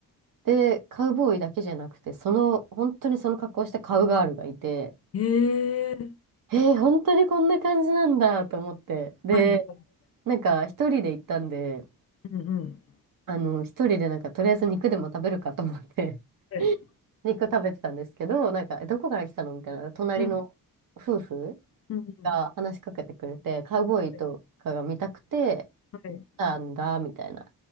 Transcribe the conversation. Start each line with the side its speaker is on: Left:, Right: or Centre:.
Right: で、カウボーイだけじゃなくて、その、本当にその格好をしたカウガールがいて、
Left: ええ
Right: えー、本当にこんな感じなんだと思って。で、
Left: はい、はい、
Right: なんか一人で行ったんで、
Left: うん、うん、
Right: あの、一人でなんかとりあえず肉でも食べるかと思って、<laughs>
Left: はい、
Right: 肉食べてたんですけど、なんか、えどこから来たのみたいな、隣の夫婦
Left: うん、うん、うん、
Right: が話しかけてくれて、カウボーイとかが見たくて、
Left: はい、はい、
Right: なんだ、みたいな。